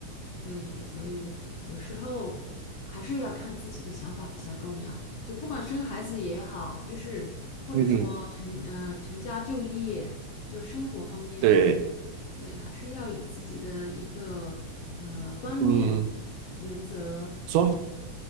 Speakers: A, on the left; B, on the right.
A: 对，所以有时候还是要看自己的想法比较重要。就不管生孩子也好，就是或者说成呃成家就业，
B: 嗯哼，
A: 就是生活方面，
B: 对，
A: 对，还是要有自己的一个呃观念、
B: 嗯，
A: 原则，
B: 说，